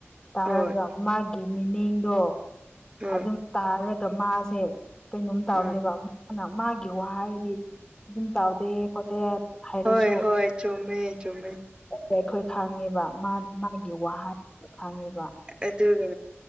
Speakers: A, on the left (about 15°); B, on the right (about 20°).
A: ꯇꯥꯔꯒ
B: ꯍꯣꯏ
A: ꯃꯥꯒꯤ ꯃꯤꯅꯤꯡꯗꯣ
B: ꯍꯣꯏ
A: ꯑꯗꯨꯝ ꯇꯥꯔꯒ ꯃꯥꯁꯦ ꯀꯩꯅꯣꯝ ꯇꯥꯕꯅꯦꯕ
B: ꯎꯝ
A: ꯑꯗꯨꯅ ꯃꯥꯒꯤ ꯋꯥꯍꯩꯗꯤ ꯑꯗꯨꯝ ꯇꯥꯎꯗꯦ ꯈꯣꯠꯇꯦ ꯍꯥꯏꯔꯁꯨ
B: ꯍꯣꯏ ꯍꯣꯏ ꯆꯨꯃꯦ ꯆꯨꯃꯦ
A: ꯑꯩꯈꯣꯏ ꯈꯥꯡꯉꯦꯕ ꯃꯥ ꯃꯥꯒꯤ ꯋꯥꯍꯩꯗꯨꯗ ꯈꯪꯉꯦꯕ
B: ꯑꯗꯨꯒ